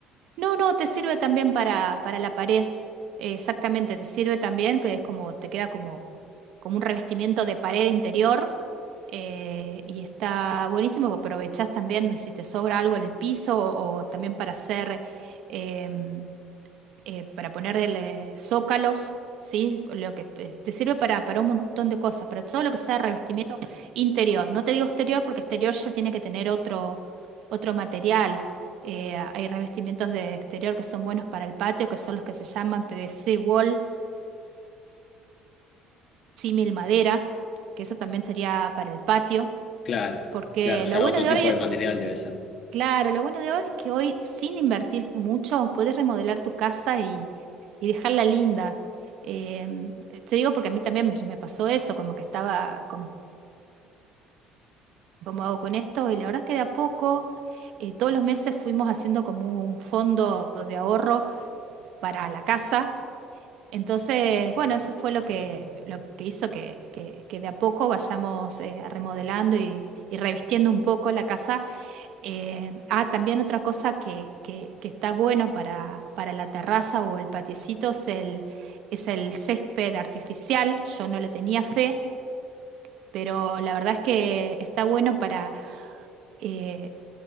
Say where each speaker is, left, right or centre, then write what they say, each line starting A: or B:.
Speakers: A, on the right; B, on the left.
A: No, no, te sirve también para, para la pared. Eh, Exactamente, te sirve también, que es como, te queda como, como un revestimiento de pared interior. eh, y está buenísimo, aprovechás también si te sobra algo en el piso o, también para hacer, em, eh, para ponerle zócalos, ¿sí? Lo que pues, te sirve para, para un montón de cosas, para todo lo que sea revestimiento interior. No te digo exterior porque exterior ya tiene que tener otro, otro material. Eh, hay revestimientos de exterior que son buenos para el patio, que son los que se llaman PVC wall, símil madera, que eso también sería para el patio,
B: Claro,
A: porque
B: claro, ya
A: lo bueno
B: otro
A: de
B: tipo
A: hoy
B: de material debe ser.
A: Claro, lo bueno de hoy es que hoy, sin invertir mucho, puedes remodelar tu casa y, y dejarla linda. Em, Eh, te digo porque a mí también me pasó eso, como que estaba, como, como hago con esto? Y la verdad es que de a poco, eh, todos los meses fuimos haciendo como un fondo de ahorro para la casa. Entonces, bueno, eso fue lo que, lo que hizo que, que- que de a poco vayamos eh, remodelando y, y revistiendo un poco la casa Eh, ah, también otra cosa que, que, que está bueno para, para la terraza o el patiecito es el, es el césped artificial. Yo no le tenía fe, pero la verdad es que está bueno para, eh,